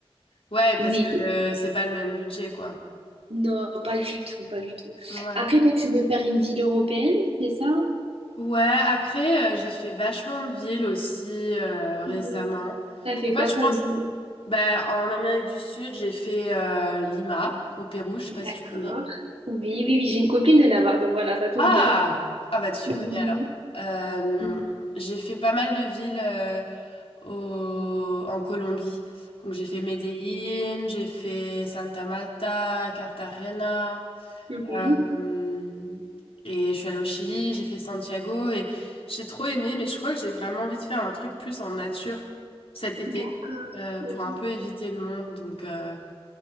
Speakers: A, on the left; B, on the right.
A: Ouais,
B: Oui,
A: parce que euh, c'est pas le même budget, quoi.
B: non, pas du tout, pas du tout.
A: Ouais.
B: Après, toi, tu veux faire une ville européenne, c'est ça?
A: Ouais, après, euh, j'ai fait vachement de villes aussi euh, récemment.
B: Mhm. T'as fait
A: En fait,
B: quoi
A: je
B: comme
A: pense
B: ville?
A: Bah, en Amérique du Sud, j'ai fait euh, Lima, au Pérou, je sais
B: D'accord.
A: pas si tu connais.
B: Oui, oui, oui, j'ai une copine de là-bas, donc voilà, ça tombe
A: Ah!
B: bien.
A: Ah bah tu
B: <laughs>
A: connais
B: Mhm.
A: alors. Euh,
B: Mhm.
A: j'ai fait pas mal de villes euh, au- en Colombie. Donc j'ai fait Medellín, j'ai fait Santa Marta, Cartagena.
B: Mhm.
A: euh, et je suis allée au Chili, j'ai fait Santiago et j'ai trop aimé, mais je crois que j'ai vraiment envie de faire un truc plus en nature cet été
B: D'accord.
A: euh,
B: Ok,
A: pour un
B: ok.
A: peu éviter le monde. Donc... euh,